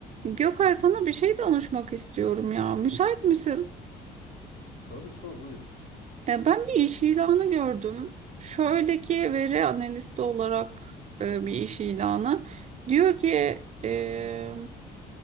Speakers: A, on the right; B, on the left.
A: Gökay sana bir şey danışmak istiyorum ya. Müsait misin?
B: Tabii sor buyur.
A: E, ben bir iş ilanı gördüm. Şöyle ki veri analisti olarak e, bir iş ilanı. Diyor ki e,